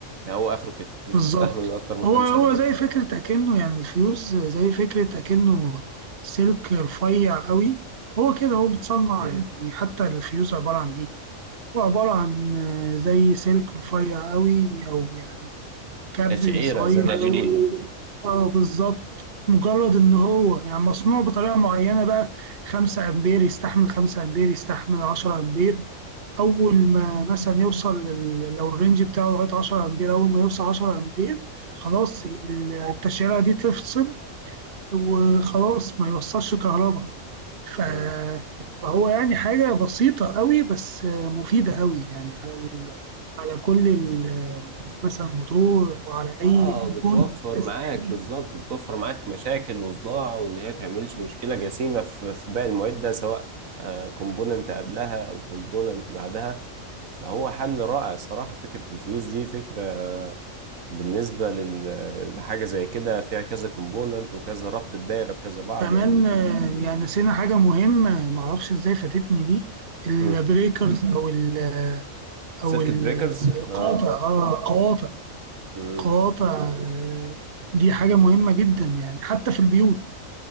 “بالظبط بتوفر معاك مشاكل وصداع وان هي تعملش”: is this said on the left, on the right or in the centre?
Right